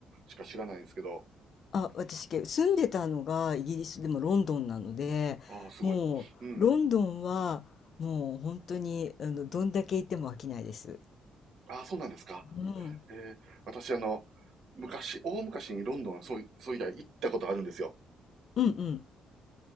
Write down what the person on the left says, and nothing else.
あ、私、け住んでたのがイギリスでもロンドンなので、
もうロンドンはもう本当にあのどんだけ行っても飽きないです。
うん、
うんうん、